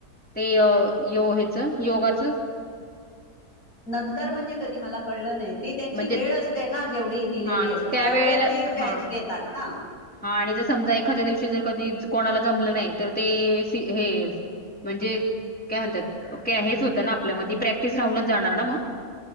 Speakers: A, in the centre; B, on the left (about 60°).
A: ते यो ह्याच योगात
B: नंतर म्हणजे कधी मला कळलं नाही ती त्यांची
A: म्हणजे
B: वेळ असते ना जेवढी दिलेली
A: हा
B: असते त्या
A: वेळेला
B: वेळ ते बॅच
A: हा
B: घेतात ना
A: हा आणि जर समजा एखाद्या दिवशी जर कधी कोणाला जमलं नाही तर ते हे म्हणजे काय म्हणतात हेच होतं ना आपल्या म प्रॅक्टिस राहूनच जाणार ना मग